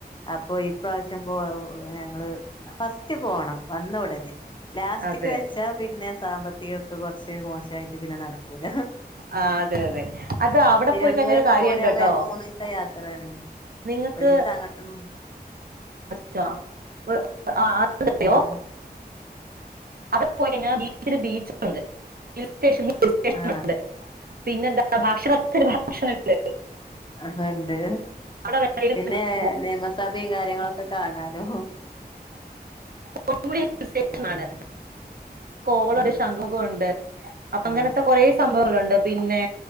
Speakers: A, on the left; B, on the right.
A: അപ്പൊ ഈ ഇപ്രാവശ്യം <unintelligible> ഞങ്ങള് ഫസ്റ്റ് പോണം വന്ന ഉടനെ ലാസ്റ്റിക്
B: അതെ
A: വെച്ചാ പിന്നെ സാമ്പത്തികൊക്കെ കൊറ ച്ച് മോശായിട്ട് പിന്നെ നടക്കൂല.
B: ആ അതെ അതെ അത്
A: ആ
B: അവിടെ
A: തിരുവനന്തപുരൊക്കെ
B: പോയി കഴിഞ്ഞ ഒരു കാര്യണ്ട്
A: പോരാവുമ്പോ
B: കേട്ടോ
A: ഞങ്ങക്ക് മൂന്ന് ദിവസ യാത്രയാണ്
B: നിങ്ങൾക്ക്
A: ഒരീസം അങ്ങട്ടും
B: <unintelligible> അറിയോ
A: ആഹ്
B: അവിടെ പോയിക്കഴിഞ്ഞ ബീച്ചില് ബീച്ചുണ്ട് <unintelligible>
A: ആ
B: പിന്നെ എന്താ ഭക്ഷണത്തിന് ഭക്ഷണംണ്ട്
A: ഹ ഹാ ഇണ്ട്
B: അവിടെ വേണമെങ്കിൽ
A: പിന്നെ
B: നിങ്ങൾക്ക്
A: നിയമസഭയും കാര്യങ്ങളൊക്കെ കാണാലോ
B: പൊന്മുടി ഹിൽ സ്റ്റേഷനാണ്
A: അതെ ആ
B: കോവളം
A: ആ
B: ഒരു ശംഖുമുഖണ്ട്. അപ്പൊ
A: ആ
B: ഇങ്ങനത്തെ കൊറേ സംഭവങ്ങളുണ്ട് പിന്നെ